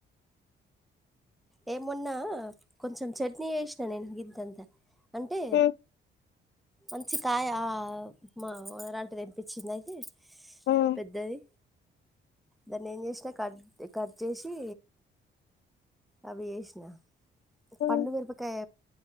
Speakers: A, in the centre; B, on the left.
A: ఏ మొన్న కొంచం చట్నీ ఎషినా నేను గింతంతా. అంటే
B: ఉమ్,
A: మంచి కాయా మ ఓనర్ ఆంటీ తెపించింది అయితే
B: ఉమ్,
A: పెద్దది దాన్ని ఏం జెసినా కట్ కట్ జెసి అవి ఏసినా
B: ఉమ్.
A: పండుమేరపకాయ